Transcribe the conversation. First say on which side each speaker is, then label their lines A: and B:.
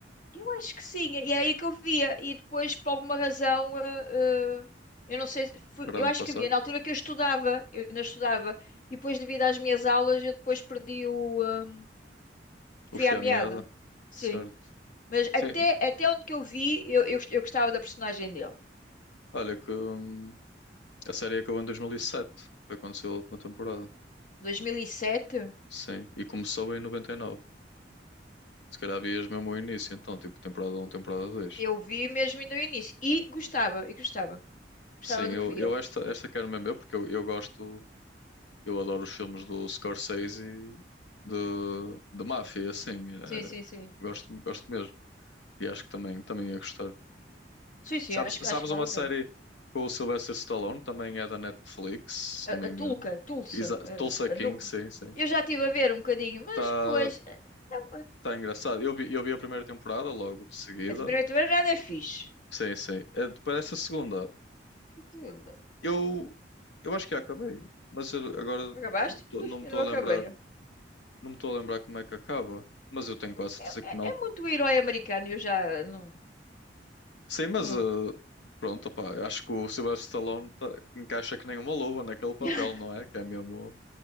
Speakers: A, on the left (about 45°); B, on the left (about 80°).
A: Eu acho que sim, e era aí que eu via, e depois, por alguma razão, eh, eh, eu não sei, se foi-
B: para
A: eu
B: onde
A: acho
B: passar.
A: que havia na altura que eu estudava, eu ainda estudava, e depois, devido às minhas aulas, eu depois perdi o, eh,
B: O
A: fio
B: Fio
A: à meada.
B: à Meada.
A: Sim.
B: Certo.
A: Mas
B: Sim,
A: até, até onde que eu vi, eu, eu, eu gostava da personagem dele.
B: olha que hum, a série acabou em 2007, foi quando saiu a última temporada.
A: 2007,
B: Sim, e começou em 99. Se calhar vias mesmo o início, então, tipo, temporada um, temporada 2.
A: eu vi mesmo ainda o início. E gostava, e gostava. Gostava
B: Sim,
A: do
B: eu,
A: que via.
B: eu esta, esta quero mesmo eu, porque eu, eu gosto, eu adoro os filmes do Scorsese e de, de máfia, assim, eh,
A: Sim, sim, sim.
B: gosto, gosto mesmo, e acho que também, também ia gostar.
A: Sim, sim,
B: Sabes,
A: acho,
B: sabes
A: acho que
B: uma
A: vale a
B: série
A: pena.
B: com o Sylvester Stallone, também é da Netflix, se não
A: A,
B: me
A: a
B: engano,
A: Tulca, a Tulsa,
B: Exa
A: a,
B: Tulsa King,
A: a Nu-
B: sim, sim,
A: Eu já estive a ver um bocadinho,
B: está
A: mas depois...
B: tá
A: eh, não,
B: tá engraçado, eu vi, eu vi a primeira temporada logo de seguida,
A: eh, a primeira temporada é fixe.
B: sim, sim, Eh, depois dessa segunda,
A: Aquilo-
B: eu, eu acho que acabei, mas eu agora
A: Acabaste?
B: não estou
A: Ih,
B: não me
A: Eu
B: estou
A: não acabei.
B: a lembrar. Não me estou a lembrar como é que acaba, mas eu tenho quase certeza
A: É,
B: que
A: é,
B: não.
A: é muito herói americano, eu já não...
B: Sim, mas
A: não-
B: eh, pronto, opá, eu acho que o Sylvester Stallone tá- encaixa que nem uma luva naquele papel,
A: <laughs>
B: não é? Que é mesmo,